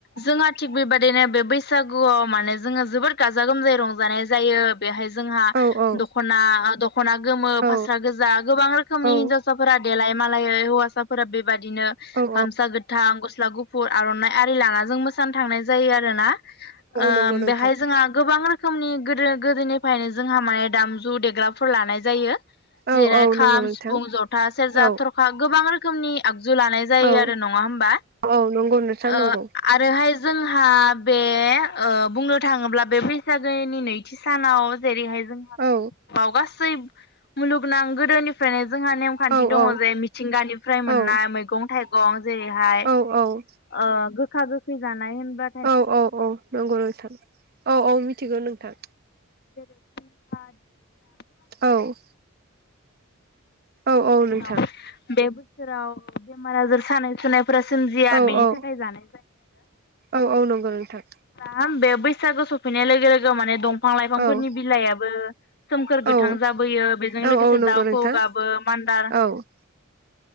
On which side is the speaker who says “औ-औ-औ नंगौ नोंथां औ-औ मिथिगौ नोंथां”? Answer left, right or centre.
Right